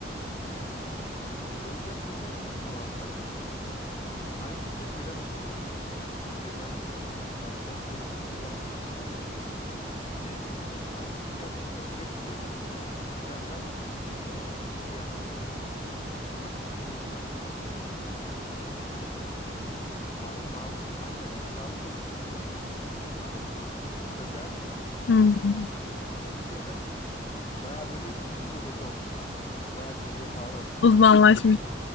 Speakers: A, on the left; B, on the left.
A: O yüzden mesela hiç yapamam ben. Aynı şekilde şeyden de çok ko- korkuyorum. İğnedendir, hastanedendir, doktorlardan aşırı korkuyorum ben. Hiç sevmiyorum gitmesini ama küçükken mesela hep gidiyordum. Küçükken ben eee, şey yapmıştım. Plastik cerrahide eee parmağım aynen tırnağımı kesmişti. Beni ilk kesen doktor stajyerdi.
B: Hı.
A: Ondan sonra
B: hı.
A: üç dört sene sonra bir kere daha gitmiştim. Baya böyle büyük bir hoca olmuştu. Yani bayağı seviye falan atlamıştı.
B: Uzmanlaşmış
A: <laughs>